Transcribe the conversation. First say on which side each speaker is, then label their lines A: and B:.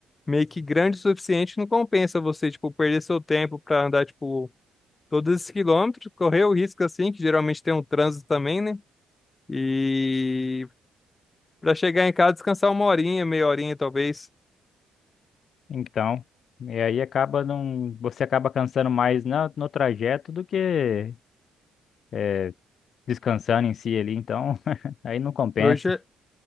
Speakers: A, on the left; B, on the left.
A: meio que grande o suficiente, não compensa você, tipo, perder seu tempo pra andar, tipo, todos esses quilômetros, correr o risco assim, que geralmente tem um trânsito também, né? E pra chegar em casa, descansar uma horinha, meia horinha talvez.
B: Então, e aí acaba não, você acaba cansando mais no, no trajeto do que é, descansando em si ali, então <laughs> aí não compensa.
A: Por hoje é-